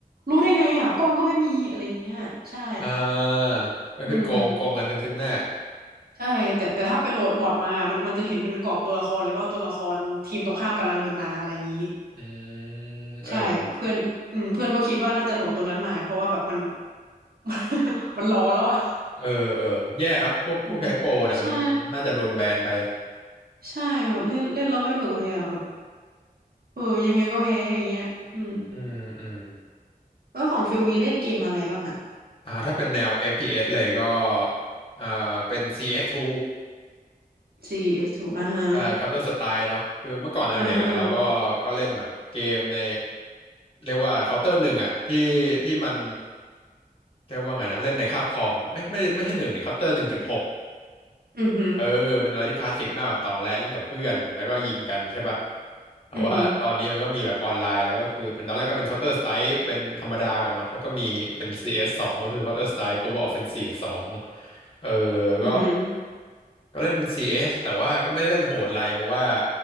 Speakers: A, on the right; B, on the left.
A: รู้ได้ไงอ่ะกล้องก็ไม่มีอะไรเงี้ยใช่
B: อ่าก็คือโกงโกงกันตึงๆหน้า
A: อืมใช่แต่แต่ถ้าไปโหลดมอดมามันมันจะเห็นเป็นกรอบตัวละครเลยว่าตัวละครทีมตรงข้ามกำลังเดินมาอะไรอย่างนี้
B: อืมเออ
A: ใช่เพื่อนอืมเพื่อนก็คิดว่าน่าจะโหลดตัวนั้นมาเพราะว่าแบบมัน <laughs> มันรอแล้วอ่ะ
B: เออเออแย่เนาะพวกพวกใช้โปรเนี่ยมันน่าจะโดนแบนไป
A: อืมใช่ใช่แบบเล่นเล่นแล้วไม่หนุกเลยอ่ะแบบเออยังไงก็แพ้อย่างเงี้ยอืม
B: อืมอืม
A: แล้วของฟิลมีเล่นเกมอะไรบ้างอ่ะ
B: อ่าถ้าเป็นแนว FPS เอสเลยก็อ่าเป็น CS2
A: CS2 อสทูอ่าฮะ
B: ใช่ Counter Strike เนาะคือเมื่อก่อนตอนเด็กๆอ่ะเราก็ก็เล่นแบบเกมใน
A: อ่าฮะอ่าฮะ
B: เรียกว่า Counter หนึ่งอ่ะที่ที่มันเรียกว่าไงนะเล่นในคาบคอมเอ้ยไม่ไม่ใช่หนึ่งดิ Counter หนึ่งจุดหก
A: อือหือ
B: เออเป็นอะไรที่คลาสสิกมากแบบต่อแรดเล่นกับเพื่อนแล้วก็ยิงกันใช่ป่ะแต่ว่าตอนนี้มันก็มีแบบออนไลน์แล้วก็คือเป็นตอนแรกก็เป็น
A: อือหือ
B: Counter Strike เป็นธรรมดาก่อนเนาะแล้วก็มีเป็น CS 2ก็คือ Counter Strike Global Offensive 2เออ
A: อือหือ
B: ก็ ก็เล่น CS แต่ว่าก็ไม่ได้เล่นโหดอะไรเพราะว่า